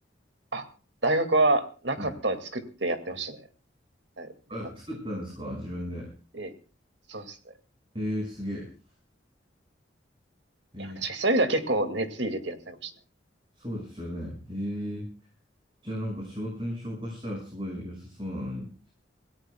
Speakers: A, on the right; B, on the right.
A: あ、大学はなかったので作ってやってましたね。
B: はい。
A: はい部活作っ
B: あ、作ったんですか自分で。
A: て。そうですね。
B: えー、すげえ。えー、
A: いや、確かにそういう意味では結構熱入れてやってたかもしれない。
B: そうですよね。えー、じゃあなんか仕事に昇華したらすごい良さそうなのに。